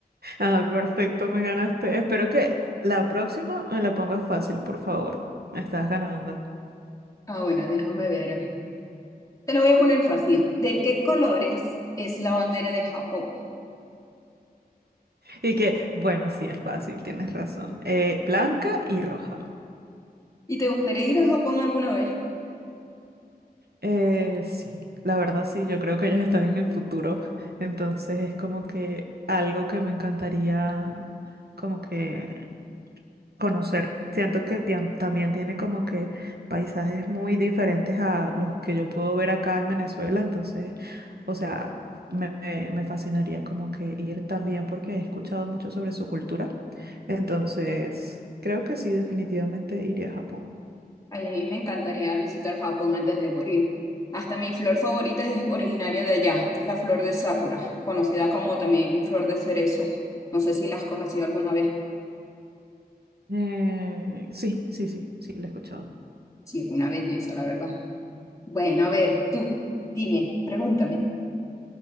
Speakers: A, on the right (about 75°); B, on the left (about 20°).
A: Ah, perfecto, me ganaste. Espero que la próxima me la pongas fácil, por favor. Me estás ganando.
B: Ah, bueno, déjame ver. Te lo voy a poner fácil. ¿De qué colores es la bandera de Japón?
A: Y que, bueno, sí, es fácil, tienes razón. Eh, blanca y roja.
B: ¿Y te gustaría ir a Japón alguna vez?
A: Eh, sí, la verdad sí, yo creo que ellos están en el futuro, entonces es como que algo que me encantaría como que conocer. Siento que tiam- también tiene como que paisajes muy diferentes a los que yo puedo ver acá en Venezuela, entonces, o sea, me, me me fascinaría como que ir también porque he escuchado mucho sobre su cultura, entonces creo que sí, definitivamente iría a Japón.
B: Ay, a mí me encantaría visitar Japón antes de morir. Hasta mi flor favorita es originaria de allá, es la flor de Sakura, conocida como también flor de cerezo. No sé si la has conocido alguna vez.
A: Eh, sí, sí, sí, sí, lo he escuchado.
B: Sí, es una belleza, la verdad. Bueno, a ver, tú, dime, pregúntame,